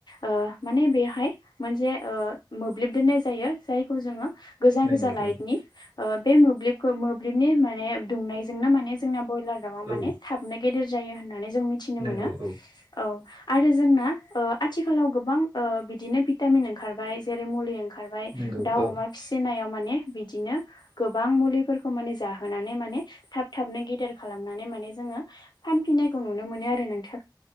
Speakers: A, on the left; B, on the right.
A: ओ माने बेहाय मोनसे मोब्लिब दोननाय जायो जायखौ जोङो गोजा
B: नंगौ
A: गोजा लाइटनि ओ बे मोब्लिबखौ-मोब्लिबनि माने दुंनायजोंनो माने जोंना बयलार दावा माने
B: औ
A: थाबनो गेदेर जायो होननानै जों मिथिनो
B: नंगौ
A: मोनो
B: औ
A: औ आरो जोंना ओ आथिखालाव गोबां ओ बिदिनो भिटामिन ओंखारबाय जेरै मुलि ओंखार खारबाय
B: नंगौ
A: दाउ
B: औ
A: अमा फिसिनायाव माने ने बिदिनो गोबां मुलिफोरखौ माने जाहोनानै माने थाब-थाबनो गेदिर खालामनानै माने माने जोङो फानिनायखौ नुनो मोनो आरो नोंथां